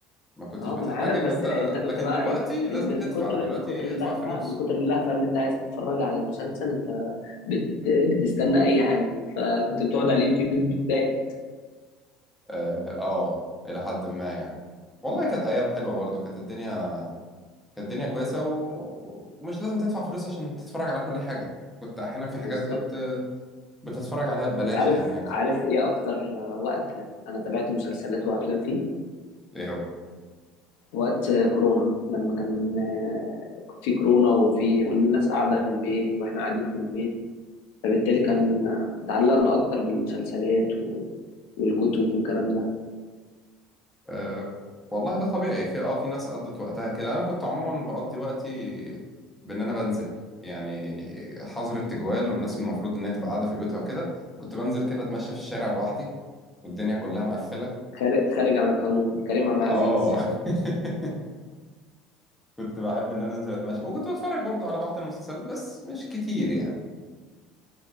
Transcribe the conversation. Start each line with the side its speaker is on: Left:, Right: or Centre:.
Centre: ما كنتش
Left: اه
Centre: بتحتاج
Left: ما انا عارف
Centre: ان
Left: بس
Centre: انت
Left: انت كنت
Centre: لكن
Left: بقى
Centre: دلوقتي
Left: ايه
Centre: لازم
Left: ال- من
Centre: تدفع
Left: كتر
Centre: دلوقتي
Left: من كتر اللهفه
Centre: ادفع فلوس
Left: من كتر اللهفه ان انت عايز تتفرج على المسلسل انت بت بتستنى اي حاجه فكنت بتقعد على اليوتيوب بتضايق
Centre: اه آه، الى حد ما يعني والله كانت ايام حلوه برضو كانت الدنيا كانت الدنيا كويسه و... ومش لازم تدفع فلوس عشان تتفرج على كل حاجه كنت احيانا في
Left: بالظبط
Centre: حاجات بت... بتتفرج عليها ببلاش
Left: انت عارف
Centre: يعني عادي
Left: عارف ايه اكتر آه، وقت انا تابعت مسلسلات وافلام فيه
Centre: ايه هو
Left: وقت آه، كورونا لما كان آه، في كورونا وفي والناس قاعده في البيت واحنا قاعدين في البيت فبالتالي كان آه، تعلقنا اكتر بالمسلسلات و والكتب والكلام ده
Centre: أه... والله ده طبيعي في اه في ناس قضت وقتها كده انا كنت عموما بقضي وقتي بان انا بنزل يعني حظر التجوال والناس المفروض انها تبقى قاعده في بيوتها وكده كنت بنزل كده اتمشى في الشارع لوحدي والدنيا كلها مقفله
Left: خارج خارج عن القانون كريم عبد
Centre: اه
Left: العزيز
Centre: <laughs> كنت بحب ان انا انزل اتمشى وكنت بتفرج برضه على بعض المسلسلات بس مش كتير يعني